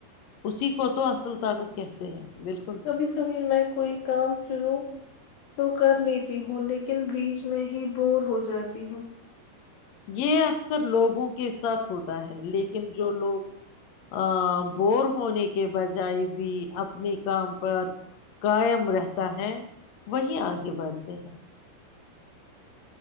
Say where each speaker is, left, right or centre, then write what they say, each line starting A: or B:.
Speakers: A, on the left; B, on the left.
A: اسی کو تو اصل طاقت کہتے ہیں بالکل
B: کبھی کبھی میں کوئی کام شروع تو کر لی ت ہوں لیکن بیچ میں ہی بور ہو جاتی ہوں
A: یہ اکثر لوگوں کے ساتھ ہوتا ہے لیکن جو لوگ ا بور ہونے کے بجائے بھی اپنے کام پر کاائم رہتا ہے وہی آگے بڑھتے ہیں